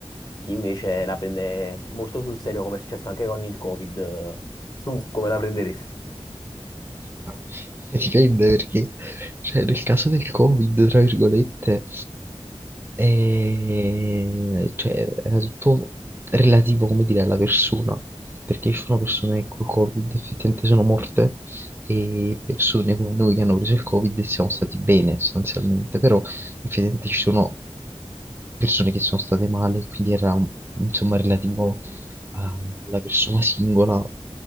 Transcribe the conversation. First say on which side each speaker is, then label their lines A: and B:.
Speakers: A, on the left (about 40°); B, on the right (about 20°).
A: chi invece la prende molto sul serio, come è successo anche con il Covid. eh, Tu come la prenderesti?
B: Vabbè, <laughs> Dipende perché, cioè, nel caso del Covid, tra virgolette. E, cioè, era tutto relativo, come dire, alla persona, perché ci sono persone che col Covid effettivamente sono morte e persone come noi che hanno preso il Covid e siamo stati bene sostanzialmente, però effettivamente ci sono persone che sono state male, quindi era insomma relativo a- alla persona singola